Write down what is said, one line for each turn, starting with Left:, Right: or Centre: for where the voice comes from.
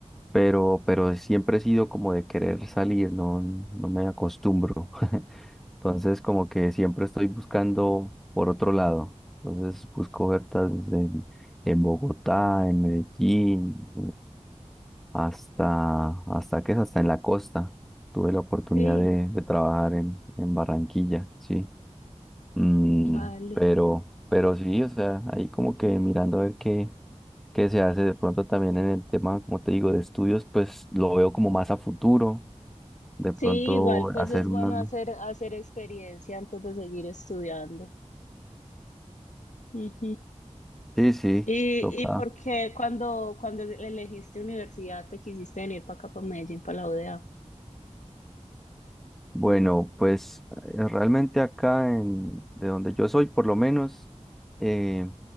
Centre: pero, pero siempre he sido como de querer salir, no, no me acostumbro. <laughs> Entonces, como que siempre estoy buscando por otro lado. Entonces, busco ofertas en, en Bogotá, en Medellín, hasta, hasta que es hasta en la costa. Tuve la oportunidad
Left: sí,
Centre: de, de trabajar en, en Barranquilla, sí. Mm,
Left: vale.
Centre: pero, pero sí, o sea, ahí como que mirando a ver qué, qué se hace de pronto también en el tema, como te digo, de estudios, pues lo veo como más a futuro. De
Left: Sí,
Centre: pronto
Left: igual pues
Centre: hacer
Left: es bueno
Centre: una...
Left: hacer, hacer experiencia antes de seguir estudiando. Ujú.
Centre: Sí, sí,
Left: ¿Y,
Centre: toca.
Left: y por qué cuando, cuando elegiste universidad te quisiste venir para acá, para Medellín, para la UdeA?
Centre: Bueno, pues eh, realmente acá en, de donde yo soy, por lo menos, eh,